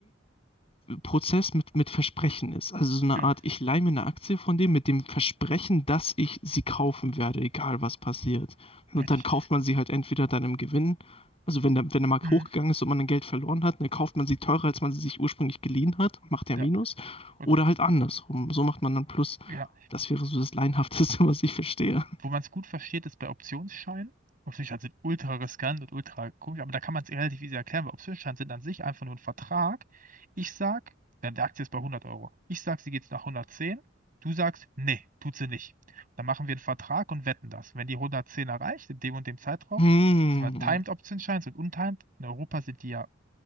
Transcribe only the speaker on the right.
Ja,
richtig.
Mhm.
Ja,
gut.
Ja,
Wo man es gut versteht, ist bei Optionsscheinen. Optionsscheine sind ultra riskant und ultra komisch, aber da kann man es relativ easy erklären, weil Optionsscheine sind an sich einfach nur ein Vertrag. Ich sag, dann die Aktie ist bei 100 Euro. Ich sag, sie geht nach 110. Du sagst, nee, tut sie nicht. Dann machen wir einen Vertrag und wetten das. Wenn die 110 erreicht, in dem und dem Zeitraum,
das sind wir Timed Optionsscheine und untimed. In Europa sind die ja